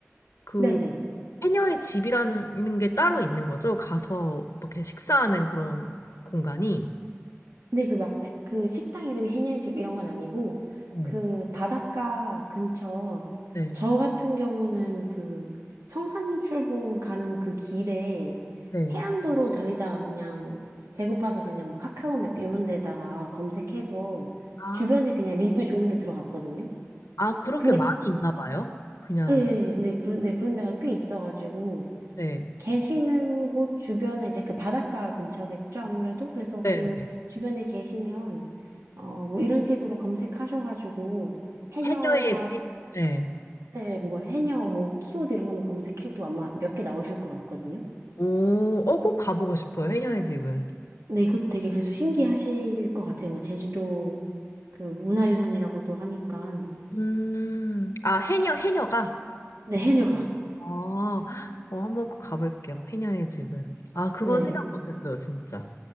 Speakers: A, on the left (about 80°); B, on the right (about 80°).
A: 그
B: 네네.
A: 해녀의 집이라는 게 따로 있는 거죠. 가서 이렇게 식사하는 그런 공간이.
B: 근데 그 막, 그 식당 이름이 해녀집 이런 건 아니고,
A: 네.
B: 그 바닷가 근처,
A: 네.
B: 저 같은 경우는 그 성산인 출봉 가는 그 길에
A: 네.
B: 해안도로 달리다가 그냥 배고파서 그냥 뭐 카카오맵 이런 데다가 검색해서
A: 아,
B: 주변에 그냥 리뷰 좋은 데 들어갔거든요.
A: 아, 그렇게
B: 근데,
A: 많이 있나 봐요? 그냥,
B: 예, 예, 예. 근데 그런, 데 그런 데가 꽤 있어가지고,
A: 네.
B: 계시는 곳 주변에 이제 그 바닷가 근처겠죠, 아무래도. 그래서
A: 네,
B: 그
A: 네.
B: 주변에 계시면, 어, 뭐 이런 식으로 검색하셔가지고, 해녀가,
A: 해녀의 집? 네.
B: 네, 뭐 해녀, 뭐 키워드 이런 거뭐 검색해도 아마 몇 개 나오실 것 같거든요.
A: 오, 어, 꼭 가보고 싶어요, 해녀의 집은.
B: 근데 이거 되게 그래서 신기하실 것 같아요. 뭐 제주도 그 문화유산이라고도 하니까.
A: 음, 아, 해녀, 해녀가?
B: 네, 해녀가.
A: 아, 어, 한번 꼭 가볼게요, 해녀의 집은. 아, 그건
B: 네.
A: 생각 못했어요, 진짜.